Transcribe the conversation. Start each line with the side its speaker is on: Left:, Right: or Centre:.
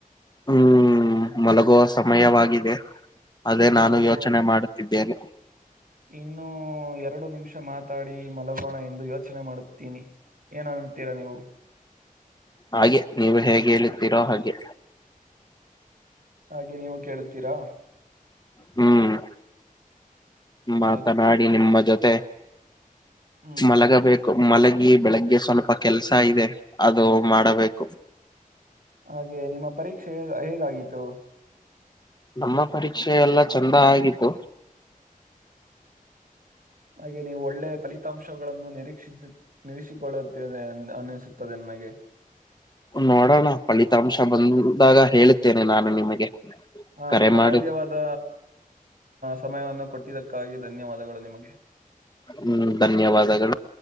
Left: ಹ್ಮ್ ಮಲಗುವ ಸಮಯವಾಗಿದೆ ಅದೇ
Right: ಮಲಗುವ
Left: ನಾನು ಯೋಚನೆ ಮಾಡ ಮಾಡುತಿದ್ದೇನೆ
Right: ಇನ್ನು ಎರಡು ನಿಮಿಷ ಮಾತಾಡಿ ಮಲಗೋಣ ಎಂದು ಯೋಚನೆ ಮಾಡುತ್ತ ತಿನಿ ಏನ ಅನ್ತೀರಾ ನೀವು
Left: ಹಾಗೆ ನೀವು ಹೇಗೆ ಹೇಳುತ್ತೀರೋ ಹಾಗೆ
Right: ಹಾಗೆ ನೀವು ಕೇಳುತ್ತೀರಾ
Left: ಹ್ಮ್ ಮಾತನಾಡಿ
Right: ಹಾಗೆ
Left: ನಿಮ್ಮ ಜೊತೆ
Right: ಹ್ಮ್
Left: ಮಲಗಬೇಕು ಮಲಗಿ ಬೆಳಗ್ಗೆ ಸ್ವಲ್ಪ ಕೆಲ್ಸ ಇದೆ ಅದು ಮಾಡಬೇಕು
Right: ಹಾಗೆ ನಿಮ್ಮ ಪರೀಕ್ಷೆ ಹೇಗಾಗಿತ್ತು
Left: ನಮ್ಮ ಪರೀಕ್ಷೆ ಎಲ್ಲ ಚಂದ ಆಗಿತ್ತು
Right: ಹಾಗೆ ನೀವು ಒಳ್ಳೆ ಫಲಿತಾಂಶಗಳನ್ನು ನಿರೀಕ್ಷಿಸ ನಿಿಸಿಕೊಳ್ಳುತ್ತೇನೆ ಅನ್ನಿಸುತ್ತದೆ ನಮಗೆ
Left: ನೋಡೋಣ ಫಲಿತಾಂಶ ಬಂದಾಗ ಹೇಳ್ತ್ತೇನೆ ನಾನು ನಿಮಗೆ
Right: ಹಾಂ
Left: ಕರೆ
Right: ನಿಮ್ಮ
Left: ಮಾಡು
Right: ಮೌಲ್ಯವಾದ ಸಮಯವನ್ನು ಕೊಟ್ಟಿದ್ದಕ್ಕಾಗಿ ಧನ್ಯವಾದಗಳು ನಿಮಗೆ
Left: ಹ್ಮ್ ಧನ್ಯವಾದಗಳು